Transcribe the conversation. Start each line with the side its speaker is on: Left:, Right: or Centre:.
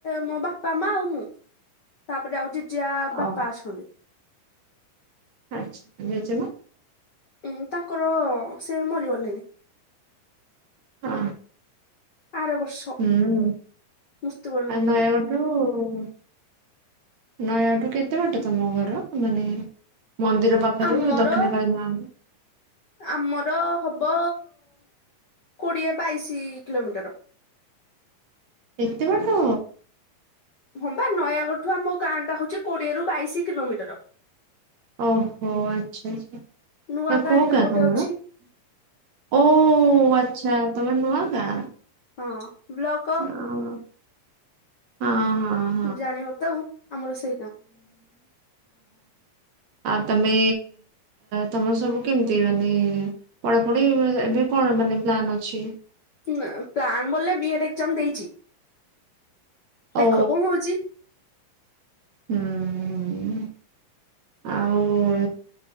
Left: ମୋ ବାପା ମା ଆଉ ମୁଁ, ତାପରେ ଆଉ ଜେଜେ ବାପା
Right: ଅ
Left: ଅଛନ୍ତି।
Right: ଆଛା, ଜେଜେମା?
Left: ଉଁ, ତାଙ୍କର ସେ ମରିଗଲେଣି।
Right: ହ
Left: ଆର ବର୍ଷ
Right: ହଁ
Left: ମୃତ୍ୟୁବରଣ
Right: ଆ
Left: କଲେ
Right: ନୟାଗଡ <unintelligible> ନଯାଗଡଠୁ କେତେ ବାଟ ତମ ଘର? ମାନେ ମନ୍ଦିର ପାଖରେ
Left: ଆମର
Right: ଦକ୍ଷିଣକାଳୀମା
Left: ଆମର ହବ କୋଡିଏ ବାଇଶି କିଲୋମିଟର।
Right: ଏତେ ବାଟ?
Left: ହଁ ବା ନୟାଗଡ଼ ଠୁ ଆମ ଗାଁ ଟା ହଉଛି କୋଡିଏରୁ ବାଇଶି କିଲୋମିଟର।
Right: ଓହୋ, ଆଛା ଆଛା।
Left: ନୂଆ
Right: ତମେ କଉ ଗାଁ
Left: ଗୋଟେ
Right: ତମର?
Left: ଅଛି
Right: ଓ ଆଛା। ଆଛା ତମେ ନୁଆଗାଁ।
Left: ହଁ, ବ୍ଲକ
Right: ହଁ ହଁ ହଁ।
Left: ଜାଣିବତ, ଆମର ସେଇଗାଁ।
Right: ଆ ତମେ, ତମର ସବୁ କେମିତି ମାନେ ପଢାପଢି, ଏବେ କଣ ମାନେ ପ୍ଲାନ୍ ଅଛି?
Left: ନା, ପ୍ଲାନ ବଲେ ବିଏଡ୍ ଏକ୍ସାମ ଦେଇଛି। ଦେଖ
Right: ଓ
Left: କଣ ହଉଛି?
Right: ହୁଁ ହୁଁ ହୁଁ। ଆଉ